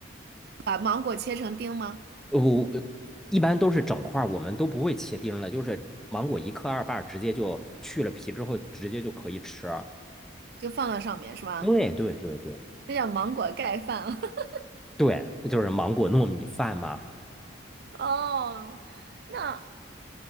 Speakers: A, on the right; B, in the centre.
A: 把芒果切成丁吗？
B: 我一般都是整块儿，我们都不会切丁的，就是芒果一克二瓣儿，直接就去了皮之后，直接就可以吃啊。
A: 就放到上面是吧？
B: 对对对对
A: 这叫芒果盖饭。<laughs>
B: 对，就是芒果糯米饭嘛。
A: 哦，那